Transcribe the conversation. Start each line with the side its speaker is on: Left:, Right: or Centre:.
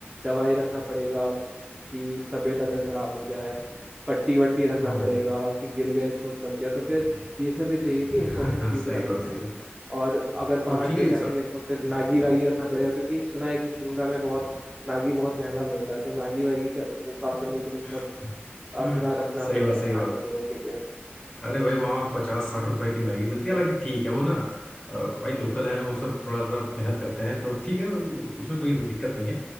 Right: दवाई रखना पड़ेगा कि तबीयत अगर खराब हो जाए पट्टी वट्टी रखना
Left: हम्म
Right: पड़ेगा
Left: हम्म
Right: कि गिर गए चोट लग गया तो फिर ये सब भी चाहिए कि
Left: <laughs>
Right: इम्पोर्टेंट
Left: हाँ,
Right: चीज
Left: सही
Right: रख
Left: बात
Right: लें
Left: सही बात
Right: और अगर पहाड़
Left: तो ठीक
Right: पे
Left: है ये
Right: जाएंगे
Left: सब
Right: तो फिर मैगी वैगी रखना पड़ेगा क्योंकि सुना है कि शिमला में बहुत मैगी बहुत महंगा मिलता है तो मैगी वैगी का- मुक्का नूडल सब
Left: <laughs>
Right: अपना रखना
Left: सही
Right: पड़ेगा
Left: बात सही
Right: खाने
Left: बात
Right: पीने के लिए
Left: अरे भाई वहाँ पचास साठ रुपए की मैगी मिलती है हालांकि ठीक है वो ना अ, भाई लोकल है वो सब थोड़ा सा मेहनत करते हैं तो ठीक है वो- उसमें कोई दिक्कत नहीं है